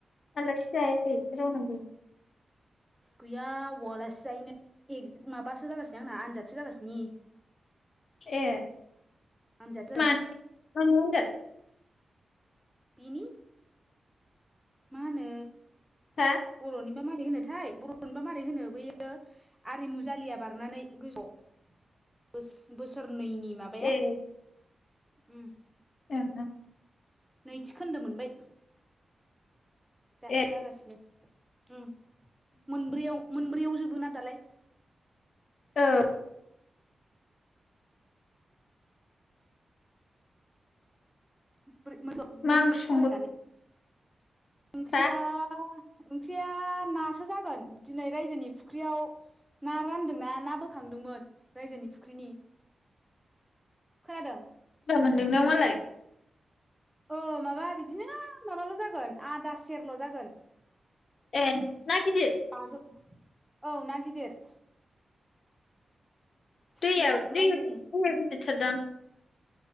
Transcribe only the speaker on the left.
आलसि जायाखै रावनावबो?
ए।
मानो <unintelligible>
हा
ए ओं
<unintelligible>
ए
ओ
मा
ओंख्रि
संगोन
हा
बुरजा मोनदों नो मालाय।
ए ना गिदिर?
<unintelligible>